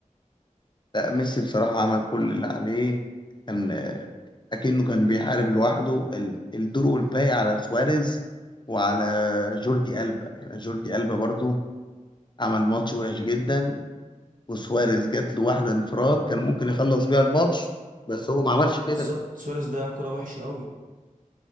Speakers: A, on the left; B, on the right.
A: لا ميسي بصراحة عمل كل اللي عليه كان آه، اكنه كان بيحارب لوحده ال- الدور والباقي على سواريز وعلى جوردي ألبا يعني جوردي ألبا برضو عمل ماتش وحش جدا وسواريز جات له واحدة انفراد كان ممكن يخلص بيها الماتش بس هو ما عملش كده
B: بالظبط سواريز ضيع كرة وحشة قوي